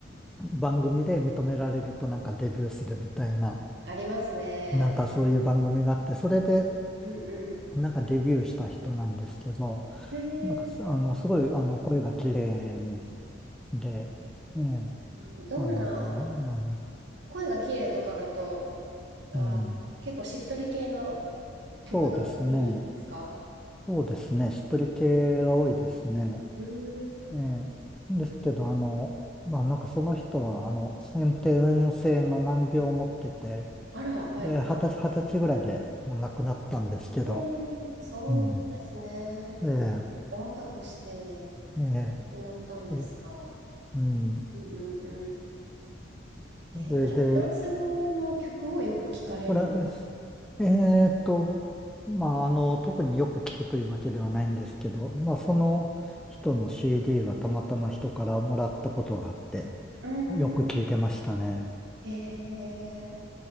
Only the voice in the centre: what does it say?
番組で認められるとなんかデビューするみたいな、
なんかそういう番組があって、それで
なんかデビューした人なんですけど、
なんかす、あの、すごい、あの、声が綺麗で、ね、
あの、なん、
うん、
そうですね。
そうですね。しっとり系が多いですね。
ええ、ですけど、あの、まあ、なんかその人は、あの、先天性の難病を持ってて、
で、
二十歳、二十歳ぐらいでもう亡くなったんですけど、
うん。ええ、
ええ、
それうん。
それで、
これ、
えーっと、まあ、あの、特によく聞くというわけではないんですけど、まあ、その人の CD はたまたま人からもらったことがあって、
よく聞いてましたね。